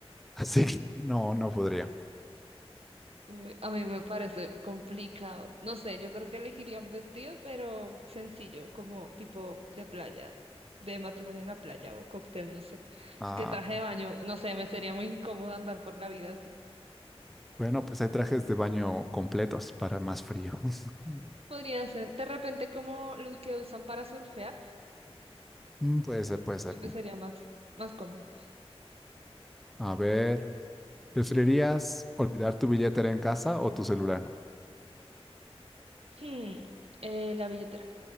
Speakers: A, in the centre; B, on the right.
A: Así que no, no podría.
B: Uy, a mí me parece complicado. No sé, yo creo que elegiría un vestido, pero sencillo, como tipo de playa, de matrimonio en la playa o cóctel, no sé.
A: Ah,
B: Es que traje de baño, no sé, me sería muy incómodo andar por la vida así.
A: bueno, pues hay trajes de baño completos para más frío. <laughs>
B: Podría ser, de repente, como los que usan para surfear.
A: Mm, Puede ser, puede ser.
B: Creo que sería más, más cómodo.
A: A ver, ¿preferirías olvidar tu billetera en casa o tu celular?
B: Hmm, eh, la billetera.